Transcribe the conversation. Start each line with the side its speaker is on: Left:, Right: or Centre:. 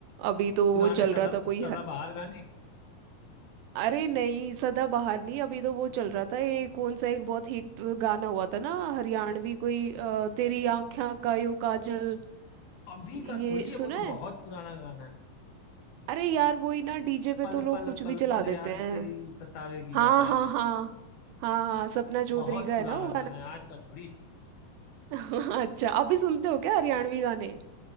Right: अभी तो
Left: पुराने
Right: वो चल
Left: सदा
Right: रहा था कोई
Left: सदाबहार गाने
Right: अरे नहीं सदाबहार नहीं अभी तो वो चल रहा था ये कौन सा एक बहुत हिट गाना हुआ था ना हरियाणवी कोई अ, तेरी आँखें का यो काजल
Left: अभी
Right: ये
Left: का थोड़ी है
Right: सुना
Left: वो तो
Right: है
Left: बहुत पुराना गाना है
Right: अरे यार वही ना डीजे पे
Left: पल
Right: तो लोग
Left: पल
Right: कुछ
Left: पल
Right: भी चला
Left: पल याद
Right: देते हैं
Left: तेरी सतावेगी
Right: हाँ
Left: ऐसा है
Right: हाँ
Left: करके
Right: हाँ हाँ हाँ सपना
Left: तो
Right: चौधरी
Left: बहुत
Right: का
Left: पुराना
Right: है ना वो गाना
Left: गाना है आज का थोड़ी है
Right: <laughs> अच्छा अभी सुनते हो क्या हरियाणवी गाने